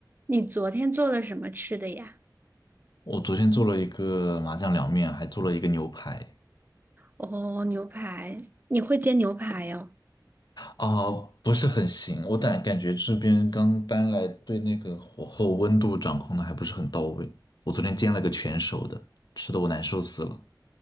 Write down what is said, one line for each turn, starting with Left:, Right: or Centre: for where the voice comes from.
Right: 你昨天做了什么吃的呀？
Left: 我昨天做了一个麻酱凉面，还做了一个牛排，
Right: 哦，牛排，你会煎牛排哦，
Left: 啊、不是很行。我感感觉这边刚搬来，对那个火候温度掌控的还不是很到位。我昨天煎了个全熟的，吃的我难受死了。